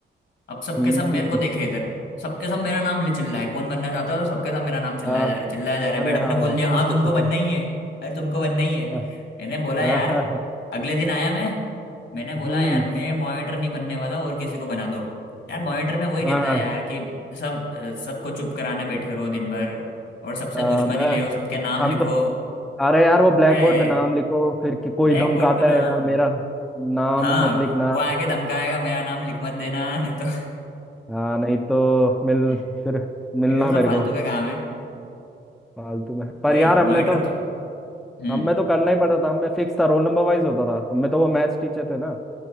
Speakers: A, on the left; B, in the centre.
A: अब सबके
B: हम्म
A: सब मेरे को देखे इधर सबके सब मेरा नाम ले चिल्ला है कौन बनना चाहता है तो सबके सब मेरा नाम चिल्लाया
B: हाँ
A: जा रहा है चिल्लाया जा रहा है
B: अरे
A: मैडम
B: हाँ
A: ने बोल
B: यार
A: दिया
B: अच्छा
A: हाँ तुमको
B: अच्छा अच्छा
A: बनना ही है अरे तुमको बनना ही है
B: हाँ
A: मैंने बोला
B: हाँ
A: यार
B: हाँ हाँ,
A: अगले दिन आया मैं मैंने बोला
B: हम्म
A: यार मैं मॉनिटर नहीं बनने वाला और किसी को बना दो यार मॉनिटर में वही
B: हाँ
A: रहता है
B: हाँ
A: यार कि सब सबको चुप कराने बैठे रहो दिन भर और सबसे
B: हाँ,
A: दुश्मनी
B: मैं-
A: ले सबके नाम
B: हम
A: लिखो
B: तो अरे यार वो
A: क्या
B: ब्लैक बोर्ड
A: है
B: पे नाम लिखो फिर कि कोई
A: ब्लैक
B: धमकाता
A: बोर्ड पे नाम
B: है यार मेरा नाम
A: हाँ
B: मत लिखना
A: वो आके धमकाएगा मेरा नाम लिख मत देना नहीं तो
B: हाँ नहीं तो मिल
A: <laughs>
B: फिर मिलना
A: फिर वो सब
B: मेरे
A: फालतू
B: को
A: का काम है
B: फालतू में पर
A: वही
B: यार
A: मॉनिटर
B: अब मैं तो
A: तो हम्म
B: हम में तो करना ही पड़ता था हम में फिक्स था रोल नंबर वाइज होता था हम में तो वो मैथ्स टीचर थे ना